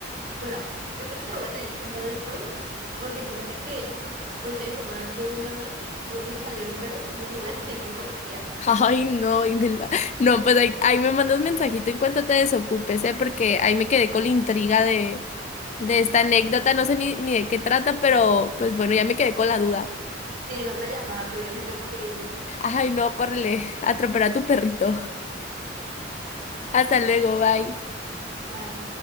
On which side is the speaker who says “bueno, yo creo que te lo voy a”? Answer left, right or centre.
Right